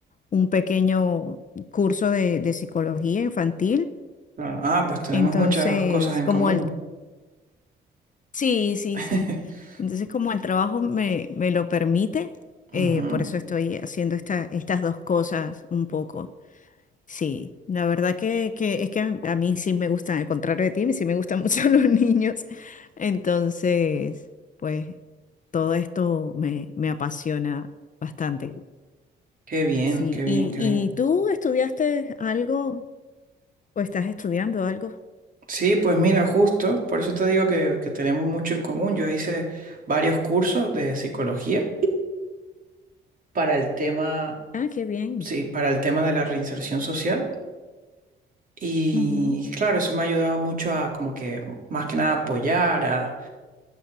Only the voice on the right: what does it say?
Bueno, ah, pues tenemos
muchas cosas en
común.
<laughs>
Ujú.
Qué bien,
qué bien,
qué
bien.
Sí, pues mira, justo, por eso te digo que, que tenemos mucho en común. Yo hice varios cursos de psicología para el tema,
sí, para el tema de la reinserción social. Y
claro, eso me ha ayudado mucho a como que más que nada apoyar, a